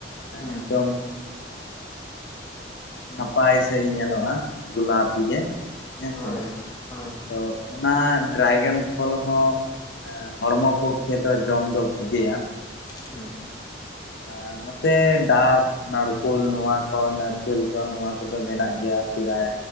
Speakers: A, on the left; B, on the left.
A: ᱦᱩᱸ
B: ᱮᱠᱫᱚᱢ
A: ᱦᱩᱸ ᱾
B: ᱱᱟᱯᱟᱭ ᱥᱟᱦᱤᱡ ᱧᱮᱞᱚᱜᱼᱟ, ᱜᱳᱞᱟᱯᱤ ᱜᱮ ᱦᱮᱸᱥᱮ᱾
A: ᱦᱳᱭ ᱦᱳᱭ ᱦᱮᱸ
B: ᱛᱚ ᱚᱱᱟ ᱰᱨᱟᱭᱜᱮᱱ ᱯᱷᱚᱞ ᱦᱚᱸᱼᱼ ᱦᱚᱲᱢᱚ ᱯᱚᱠᱠᱷᱮ ᱫᱚ ᱡᱚᱢ ᱫᱚ ᱵᱷᱟᱜᱮᱭᱟ᱾
A: ᱦᱮᱸ᱾
B: ᱟᱨ ᱱᱚᱛᱮ ᱰᱟᱵ᱾ ᱱᱟᱲᱠᱳᱞ ᱱᱚᱣᱟ ᱠᱚ ᱱᱟᱨᱠᱮᱞ ᱠᱚ ᱱᱚᱣᱟ ᱠᱚᱫᱚ ᱢᱮᱱᱟᱜ ᱜᱮᱭᱟ ᱯᱮᱨᱟᱭ᱾